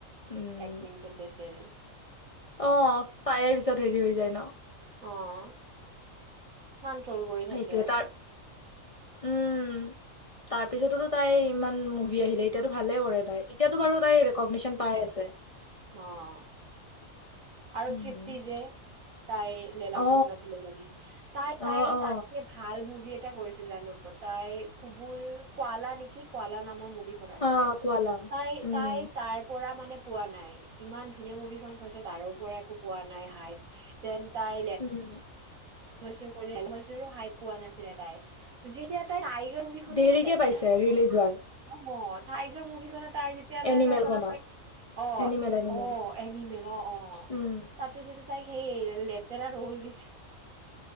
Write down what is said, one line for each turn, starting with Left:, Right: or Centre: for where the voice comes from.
Left: উম
Right: এক্টিংটোত বেচৰি
Left: অ তাই পিছত হেৰি হৈ যায় ন
Right: আহ মণ্ট্ৰল কৰি থাকে
Left: সেইটোৱে তাৰ উম তাৰ পিছতো তাই ইমান মুভি আহিলে এতিয়াতো ভালে কৰে তাই এয়াতো বাৰু ত ৰেকগশ্যন পাই আছে <unintelligible> উ
Right: অঁ আৰু
Left: উম
Right: তৃপ্তি যে তাই লীলা
Left: অ
Right: মছদ <unintelligible> আছিলে জানী তাই তাই
Left: অ অ
Right: তাতক ভাল মুভি কৰিছে জানো তাই কুবুল কোৱালা নেকি কোৱালা নামৰ মু আছিলে
Left: অ কোৱালাং
Right: তাই
Left: উম
Right: তাই তাৰ পৰা মানে পোৱা নাই ইমান ধুনীয়া মুভি খন ঘছে তাৰো পৰা একো পোৱা নাই হাইদ তেনে তাই
Left: উম
Right: মু কৰি মছনুৰো হাই পোৱা নাছিলে তাই যেতিয়া তাই টাইগাৰ মুভি খনো
Left: দেৰিকে
Right: আৰু লেতেৰা
Left: পাইছে
Right: আছে
Left: ৰিলিজ হোৱাৰ
Right: অঁ টাইগাৰ মুভিখনত তাই যেতিয়া মানে
Left: এনিমেলখনত
Right: তাই অলপ তাই অঁ
Left: এনিমেল এনিমেল
Right: অঁ এনিমেল অঁ অঁ
Left: উম
Right: তাতে যেতিয়া তাইক সেই লেতেৰা ৰোল দিছে